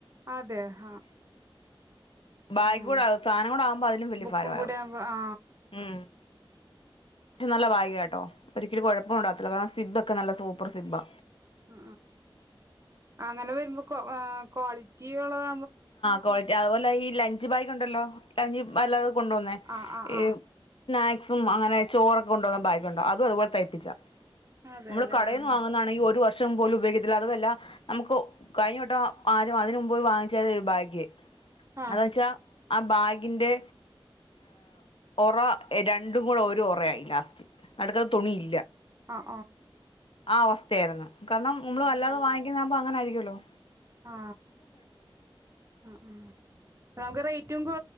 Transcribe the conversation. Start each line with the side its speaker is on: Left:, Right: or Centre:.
Right: അതെ ആഹ
Left: ബാഗ്
Right: ഉം
Left: കൂടെ സാധനം കൂടെ ആകുമ്പോ അതിലും വലിയ
Right: ബുക്കും
Left: ഭാരമാവും
Right: കൂടെ ആകുമ്പോ ആ
Left: ഉം പക്ഷെ നല്ല ബാഗ് കേട്ടോ ഒരിക്കലും കുഴപ്പം ഉണ്ടവത്തില്ല കാ സിബ്ബൊക്കെ നല്ല സൂപ്പർ സിബ്ബാ
Right: അ ആ അങ്ങനെ വരുമ്പോ കൊ ക്വാളിറ്റി ഉള്ളത
Left: ക്വാളിറ്റി അതുപോലെ ഈ ലഞ്ച് ബാഗ് ഉണ്ടല്ലോ ങ്കിൽ വല്ല കൊണ്ടുപോന്നെ
Right: ആഹ് ആഹ്
Left: ഈ
Right: ആഹ്
Left: സ്നാക്സും അങ്ങനെ ചോറൊക്കെ കൊണ്ടോന്ന ബാഗണ്ടോ അതും അതുപലെ തയ്പ്പിച്ചാ
Right: അതെല്ലേ
Left: നമ്മള് കടയിൽ
Right: ആഹ്
Left: നിന്ന് വാങ്ങുന്നതാണെങ്കിൽ ഒരു വർഷ ഷം പോലും ഉപയോഗിക്കത്തില്ല അതുമല്ലാ നമുക്ക് കഴിഞ്ഞോട്ട ആരും അതിനെമുനെപ്പ് വാങ്ങി ചെറിയ ഒരു ഭാഗ്യയി
Right: ആഹ്
Left: അതുവെച്ചാ ആ ബാഗിന്റെ ഒറ രണ്ടും കൂടെ ഒരു ഉറയായി ലാസ്റ്റ് നടുക്കത്ത തുണി ഇല്ല
Right: ആ
Left: ആ അവസ്ഥയായിരുന്നു കാരണം നമ്മള് അല്ലാതെ വാങ്ങിക്കുന്ന ആകുമ്പോ അങ്ങനാ <unintelligible>
Right: ആ ആ ആ നമുക്ക് റേ റ്റും കൊ